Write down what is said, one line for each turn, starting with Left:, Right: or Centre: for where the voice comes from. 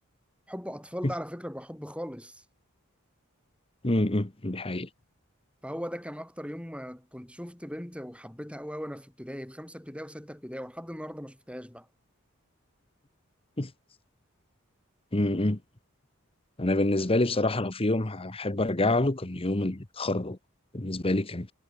Centre: حب أطفال
Left: <laughs>
Centre: ده على فكرة بيبقى حب خالص
Left: امم أمم. دي حقيقة
Centre: فهو ده كان أكتر يوم آه، كنت شفت بنت وحبيتها أوي وأنا في ابتدائي في خمسة ابتدائي وستة ابتدائي ولحد النهاردة ما شفتهاش بقى
Left: <laughs> امم انا بالنسبه لي بصراحه لو في يوم هحب ارجع له كان يوم التخرج بالنسبه لي كان